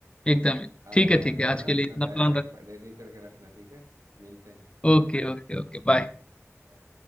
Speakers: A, on the left; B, on the right.
A: एकदम
B: आप
A: ठीक
B: तैयार
A: है ठीक
B: रहना
A: है आज के
B: अपना
A: लिए इतना
B: बैग
A: प्लान
B: वैग
A: रख
B: रेडी करके रखना ठीक है मिलते हैं
A: Okay okay okay bye
B: Bye.